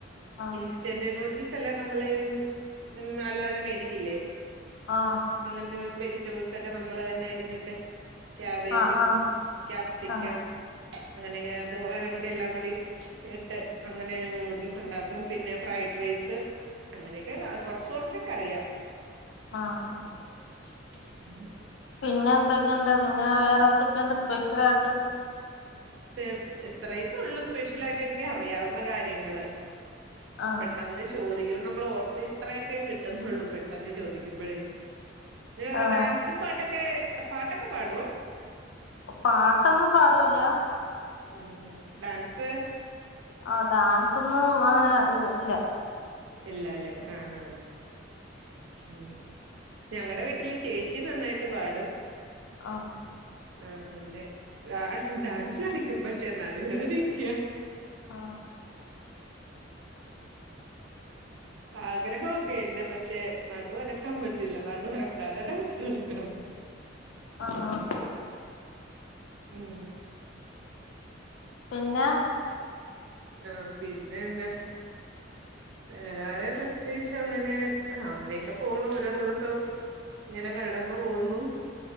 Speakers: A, on the left; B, on the right.
A: ആഹ്
B: ഇൻസ് സ്റ്റന്റ് നൂഡിൽസ് എല്ലാം നമ്മള് ഉം അല്ലാതെ മേടിക്കില്ലേ?
A: ആഹ്
B: അങ്ങൻത്തെ വെജിറ്റബിൾസൊ ക്കെ നമ്മള് തന്നെ അരിഞ്ഞിട്ട് ക്യാബേജും,
A: ആഹ്
B: ക്യാപ്സിക്കം
A: ആഹ്
B: അങ്ങനെയെത് നേരം കൂടി എല്ലാം കൂടി ഇട്ട് അങ്ങനെ നൂഡിൽസ് ഉണ്ടാക്കും. പിന്നെ ഫ്രൈഡ് റൈസ് അങ്ങനെയൊക്കെ കൊർച്ച് കുറച്ചൊക്കെ അറിയാം.
A: ആഹ് ആ
B: <inaudible>
A: പിന്നെ എന്തൊക്കെണ്ട് പിന്നെ വേറെന്തൊക്കെണ്ട് സ്പെഷ്യലാ യിട്ട്?
B: ചേർ ഇത്രയൊക്കെ ഒള്ളു സ്പെഷ്യലായിട്ട് എനിക്ക് അറിയാവുന്ന കാര്യങ്ങള്.
A: ആ
B: പെട്ടെന്ന് ചോദിക്കുമ്പ നമ്മള് ഓർത്ത് ഇത്രയൊക്കെ കിട്ടുന്നുള്ളൂ. പെട്ടെന്ന് ചോദിക്കുമ്പഴേ. നിങ്ങള്
A: ആ
B: ഡാൻസും പാട്ടൊക്കെ പാട്ടൊക്കെ പാടോ?
A: പാട്ടൊന്നും പാടുല്ല.
B: ഉം ഉം ഡാൻസ്?
A: ആഹ് ഡാൻസ് ഒന്നും ആഹ് ഇല്ല.
B: ഇല്ലല്ലെ ആഹ് ആഹ്. ഉം ഞങ്ങടെ വീട്ടില് ചേച്ചി നന്നായ്ട്ട് പാടും.
A: ആഹ്.
B: ആഹ് അങ്ങനെ ഡാൻ ഡാൻസ് കളിക്കും പക്ഷെ നടുവേദനയൊക്കെയ.
A: ആഹ്
B: ആഗ്രഹം ഒക്കെയുണ്ട് പക്ഷെ നടു അനക്കാൻ പറ്റില്ല നടു അനക്കാതെ ഡാൻസ് കളിക്കണം.
A: ആഹ്
B: ഉം
A: പിന്നെ?
B: ആഹ് പിന്നെ എന്നാ? വേറെ പ്രത്യേകിച്ച് അങ്ങനെ അങ്ങനെയൊക്കെ പോവുണു ഓരോ ദിവസവും. ഇങ്ങനെ കടന്നു പോകുന്നു.